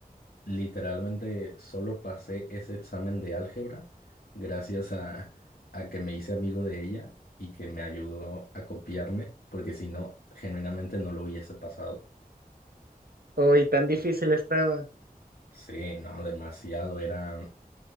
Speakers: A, on the left; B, on the right.
A: Literalmente solo pasé ese examen de álgebra gracias a, a que me hice amigo de ella y que me ayudó a copiarme, porque si no, genuinamente no lo hubiese pasado.
B: Hoy tan difícil estaba.
A: Sí, no, demasiado. Era,